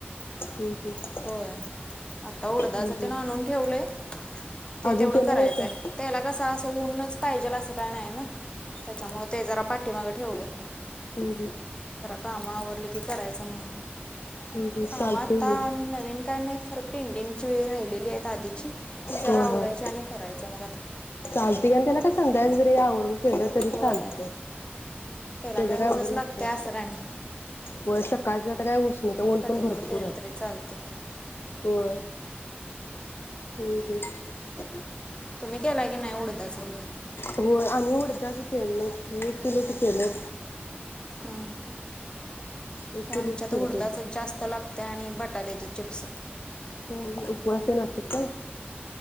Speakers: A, on the left (about 25°); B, on the left (about 70°).
A: <unintelligible>
B: हम्म हम्म
A: होय आता उडदाच
B: हम्म
A: त्यान
B: हम्म.
A: आणून ठेवलंय ते
B: अजून
A: तेवढं
B: केलं
A: करायचंय
B: नाही सर
A: त्याला कस असं ऊनच पाहिजेल असं काय नाही ना? त्याच्यामुळे ते जरा पाठीमाग ठेवलेय.
B: हं हं
A: काम आवरले की करायचं म्हणून
B: हम्म हम्म. चालतंय
A: काम आता
B: की
A: नवीन काय नाहीत खर. पेंडिंगची राहिलेली आहेत आधीची. ती जरा
B: होय
A: आवरायची
B: होय
A: आणि करायचं मग आता.
B: चालतंय आणि <unintelligible> जरी हे आवरून केलं तरी चालतेय
A: होय त्याला
B: ते
A: काय
B: जरा
A: ऊनच
B: एवढ नसतय
A: लागते असं काय नाही
B: होय सकाळच तर उष्णता काय ऊन
A: कधी
B: पण भरपूर
A: केलं
B: आहे
A: तरी चालते
B: होय. हम्म हम्म
A: तुम्ही केला की नाही उडदाच वगैरे
B: होय आम्ही उडदाच केलं एक किलोच केलंय.
A: हां
B: एक
A: हा
B: किलोचं
A: आमच्यात
B: केलं
A: उडदाच
B: उडदाचं
A: जास्त लागतय आणि बटाट्याच चिप्स
B: ह उपवासला लागतेत काय?